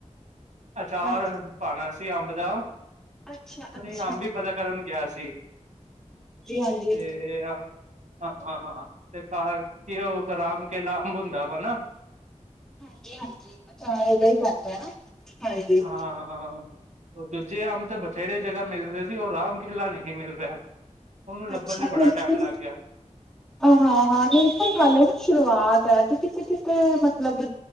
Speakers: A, on the right; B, in the centre.
A: ਅਚਾਰ
B: ਹਾਂਜੀ
A: ਪਾਣਾ ਸੀ ਅੰਬ ਦਾ।
B: ਅੱਛਾ ਅੱਛਾ
A: ਨਹੀਂ, ਅੰਬ ਹੀ ਪਤਾ ਕਰਨ ਗਿਆ ਸੀ
B: ਜੀ ਹਾਂਜੀ
A: ਤੇ ਆ- ਹਾਂ-ਹਾਂ -ਹਾਂ, ਤੇ ਕਿ ਉਹ ਆ ਰਾਮ ਕੇਲਾ ਅੰਬ ਹੁੰਦਾ ਵਾ ਨਾ।
B: ਹਾਂਜੀ -ਹਾਂਜੀ, ਅਚਾਰ ਇਹਦਾ ਹੀ ਪੈਂਦਾ ਨਾ। ਹਾਂਜੀ
A: ਹਾਂ ਹਾਂ, ਉਹ ਦੂਜੇ ਅੰਬ ਤੇ ਬਥੇਰੇ ਜਗ੍ਹਾ ਮਿਲ ਰਹੇ ਸੀ। ਉਹ ਰਾਮ ਕਿਲਾ ਨਹੀਂ ਮਿਲ ਰਿਹਾ। ਉਹਨੂੰ ਲੱਭਣ
B: ਅੱਛਾ,
A: ਚ ਬੜਾ
B: ਫ
A: ਟਾਈਮ ਲੱਗ ਗਿਆ
B: ਆਹ! ਹਾਂ -ਹਾਂ ਮੇਰੇ ਫਿਰ ਹਾਲੇ ਨਾ ਸ਼ੁਰੂਆਤ ਹੈ ਤੇ ਕਿਤੇ- ਕਿਤੇ ਮਤਲਬ